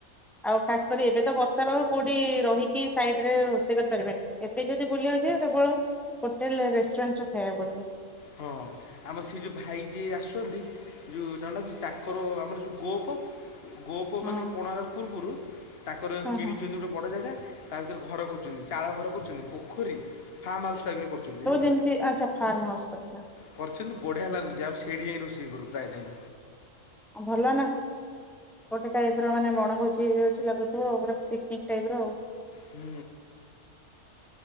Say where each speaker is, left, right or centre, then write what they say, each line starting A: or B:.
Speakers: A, in the centre; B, on the left (about 55°).
A: ଆଉ ଖାସ୍ କରି ଏବେ ତ ବର୍ଷା ପାଗ କୋଉଠି ରହିକି ସାଇଡରେ ରୋଷେଇ କରିପାରିବେନି। ଏବେ ଯଦି ବୁଲିିବାକୁ ଯିବା କେବଳ ହୋଟେଲ ରେ ରେଷ୍ଟୁରାଣ୍ଟ ରେ ଖାଇବାକୁ ପଡିବ।
B: ହଁ ଆମର ସେ ଯେଉ ଭାଇ ଯିଏ ଆସୁଛନ୍ତି। ଯୋଉ <unintelligible> କିଛି ତାଙ୍କର ଆମର ଯୋଉ ଗୋଅପ। ଗୋଅପ
A: ହଁ
B: ମାନେ କୋଣାର୍କ ପୂର୍ବରୁ ତାଙ୍କର
A: ହଁ
B: କିଣିଛନ୍ତି
A: ହଁ
B: ଗୋଟେ ବଡ଼ ଜାଗା। ତା ଭିତରେ ଘର କରୁଛନ୍ତି ଚାଳ ଘର କରୁଛନ୍ତି ପୋଖରୀ ଫାର୍ମ ହାଉସ୍ ଟାଇପ୍ ର କରୁଛନ୍ତି।
A: ସବୁ
B: ଜାଣିଲ
A: ଯେମିତି ଆଚ୍ଛା ଫାର୍ମ ହାଉସ୍ ପରିକା।
B: କରିଛନ୍ତି ବଢ଼ିଆ ଲାଗୁଛି ଆମେ ସେଇଠି ଯାଇଁ ରୋଷେଇ କରୁ ପ୍ରାୟ ଟାଇମ୍।
A: ଭଲ ନା ଗୋଟେ ଟାଇପ୍ ର ମାନେ ବଣଭୋଜି ହୋଇଯାଉଛି ଲାଗୁଥିବ ପୁରା ପିକ୍ ନେକ୍ ଟାଇପର ଆଉ
B: ହୁଁ।